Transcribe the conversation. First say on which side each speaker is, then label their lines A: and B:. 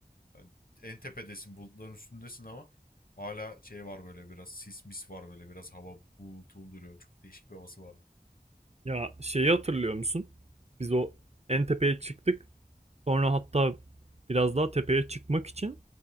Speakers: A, on the left (about 65°); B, on the right (about 45°).
A: Yani en tepedesin bulutların üstündesin ama hala şey var böyle biraz sis mis var böyle biraz hava bulutulu duruyor. Çok değişik bir havası vardı.
B: Ya şeyi hatırlıyor musun? Biz o en tepeye çıktık. Sonra hatta biraz daha tepeye çıkmak için